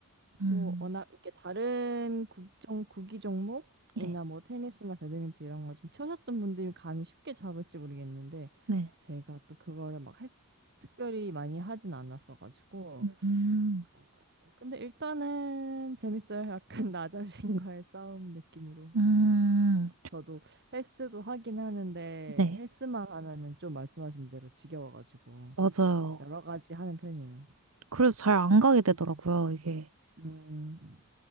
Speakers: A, on the right; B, on the right.
A: 음,
B: 그 워낙 이렇게 다른 국정 구기 종목이나
A: 네.
B: 뭐 테니스나 배드민턴 이런 걸 좀 쳐셨던 분들이 감이 쉽게 잡을지 모르겠는데
A: 네.
B: 제가 또 그거를 막 했- 특별히 많이 하진 않았어가지고
A: 음,
B: 그런 것 같아요. 근데 일단은 재밌어요. <laughs> 약간 나 자신과의 싸움 느낌으로.
A: 음,
B: 저도 헬스도 하긴 하는데
A: 네,
B: 헬스만 하면은 좀 말씀하신 대로 지겨워가지고
A: 맞아요.
B: 여러 가지 하는 편이에요.
A: 그래서 잘 안 가게 되더라고요, 이게.
B: 음,